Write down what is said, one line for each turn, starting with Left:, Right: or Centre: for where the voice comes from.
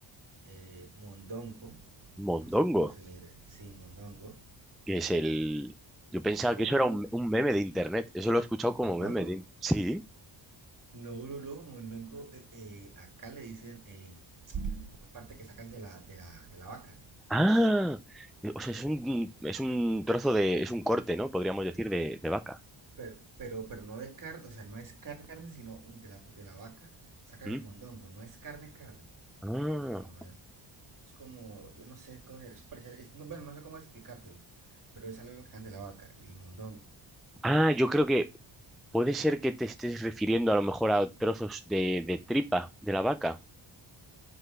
Right: Eh, mondongo,
Centre: mondongo.
Right: no sé cómo se le dirá, sí, mondongo.
Centre: que es el... Yo pensaba
Right: Es como,
Centre: que eso era un, un meme de internet. Eso lo he escuchado como
Right: ¿mondongo?
Centre: meme de... Sí.
Right: No, no, no, mondongo, eh, eh, acá le dicen eh, parte que sacan de la, de la, de la vaca.
Centre: Ah, o sea, es un, es un trozo de... Es un corte, ¿no? Podríamos decir de, de vaca.
Right: Pero, pero, pero no de carne, o sea, no es carne, carne, sino un- de, la, de la vaca sacan
Centre: ¿Mm?
Right: el mondongo, no es carne, carne.
Centre: Ah.
Right: No, no es. Es como, yo no sé cómo es, parecer- es- no, bueno, no sé cómo explicártelo, pero es algo que sacan de la vaca, el mondongo.
Centre: Ah, yo creo que puede ser que te estés refiriendo a lo mejor a trozos de, de tripa de la vaca.